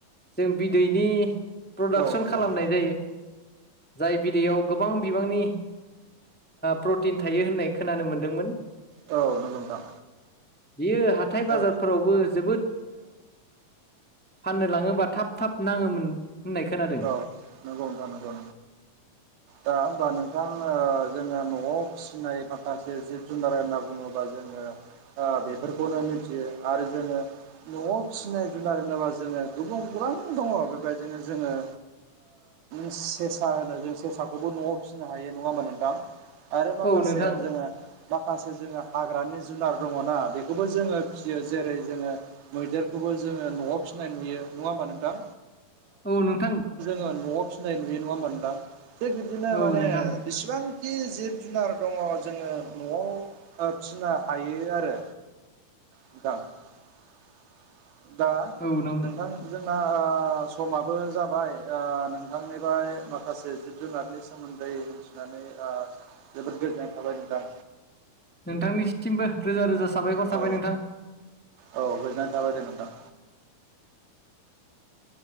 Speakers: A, in the centre; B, on the right.
A: जों बिदैनि प्रडाक्सन
B: औ नंगौ
A: खालामनाय
B: नोंथां
A: जायो। जाय बिदैयाव गोबां बिबांनि प्रटिन थायो होननाय खोनानो मोनदोंमोन।
B: औ नंगौ नोंथां
A: बियो हाथाय बाजारफोरावबो
B: औ
A: जोबोद फाननो लाङोबा थाब थाब नाङोमोन। होननाय खोनादों
B: औ नंगौ नोंथां नंगौ दा होनबा नोंथां। जोंङहा नआव फिसिनाय फाखासे जिब जुनार होनना बुङोबा जोङो बेफोरखौनो आरो जोङो नआव फिनाय जुनार होनोबा जोङो गुबुन गोबां दङ बेबायदिनो जोङो सेसा होनो जों सेसाखौबो नआव फिसिनो हायो नङा होमबा नोंथां। आरो माखासे
A: औ नोंथां
B: जोङो माखासे जो हाग्रानि जुनार दङना बेखौबो जोङो फिसियो जेरै जोङो मैदेरखौबो जोङो नआव फियो सिनाय नुयो नङा होमबा नोंथां
A: औ नोंथां
B: न'वाव फिनाय नुयो नुवा मोनदां थिग बिदिनो
A: औ
B: माने
A: नोंथां
B: बिसेबां खि जिब जुनार दङ जोङो न'वाव फिसिनो हायो आरो <unintelligible> दा
A: औ नों
B: नोंथां जोंना समाबो जाबाय जाबाय नोंथांनिफ्राय माखासे जिब जुनारनि सोमोन्दै मिथिनानै जोबोद गोजोननाय थाबाय नोंथां।
A: नोंथांनिसिमबो रोजा रोजा साबायखर
B: औ
A: थाबाय नोंथां।
B: औ गोजोननाय थाबाय दे नोंथां।